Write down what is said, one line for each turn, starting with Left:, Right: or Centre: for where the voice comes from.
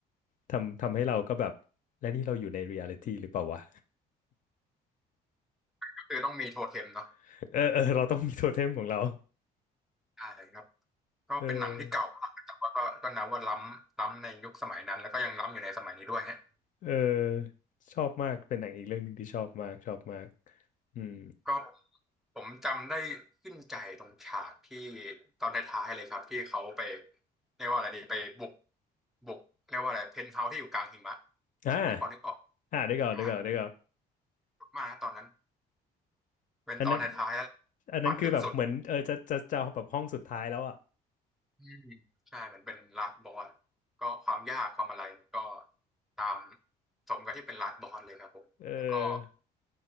Left: ทำทำให้เราก็แบบและนี่เราอยู่ในเรียลิตี้หรือเปล่าวะ
Centre: ก็คือต้องมีโทเทมเนาะ
Left: <laughs> เออเออเราต้องมีโทเทมของเรา
Centre: ใช่ครับก็เป็นหนังที่เก่ามากแต่ว่าก็ก็นับว่าล้ำล้ำในยุคสมัยนั้นแล้วก็ยังล้ำอยู่ในสมัยนี้ด้วยฮะ
Left: เออเออชอบมากเป็นหนังอีกเรื่องหนึ่งที่ชอบมากชอบมากอืม
Centre: ก็ผมจำได้ขึ้นใจตรงฉากที่ตอนท้ายๆเลยครับที่เขาไปเรียกว่าอะไรดีไปบุกบุกเรียกว่าอะไรเพนท์เฮาส์ที่อยู่กลางหิมะ
Left: อ่า
Centre: นี่พอนึกออก
Left: อ่าเดี๋ยวก่อนเดี๋ยวก่อนเดี๋ยวก่อน
Centre: พาดมากนะตอนนั้นเป็นตอนท้ายๆแล้ว
Left: อันนั้นอันนั้นคือแบบเหมือนเออจะจะจะแบบห้องสุดท้ายแล้วอ่ะ
Centre: ฝันลึกสุดอืมใช่เหมือนเป็นลาสบอสก็ความยากความอะไรเนี่ยก็ตามสมกับที่เป็นลาสบอสเลยครับผมแล้วก็
Left: เออ